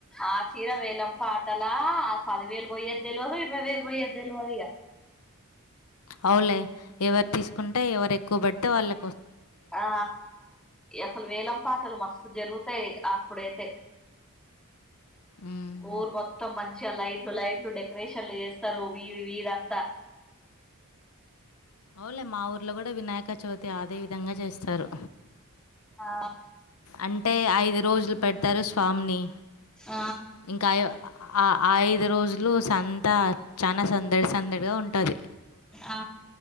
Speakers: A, in the centre; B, on the left.
A: ఆ చీర వేలం పాటలా పదివేలు పోయేది తెలవదు ఇరవై వేలు పోయ్యేద్ తెల్వదిగా
B: అవ్న్లే ఎవరు తీసుకుంటే ఎవరు ఎక్కువ పడితే వాళ్ళ
A: ఆ అసలు వేలం పాటలు మస్తు జరుగ్ తై అప్పుడైతే
B: ఉమ్.
A: ఊర్ మొత్తం మంచిగా లైట్లు లైట్లు డెకరేషన్లు చేస్ ఇస్తారు వీది విధంతా
B: ఓన్లే మా ఊర్లో కూడా వినాయక చవితి అదే విధంగా చేస్తారు
A: ఆ
B: అంటే ఐదు రోజులు పెడ్తారు స్వామిని
A: ఆ
B: ఇంకా ఐ- ఆ ఆ ఐదు రోజులు సంతా చాన సందడి సందడిగా ఉంటది
A: ఆ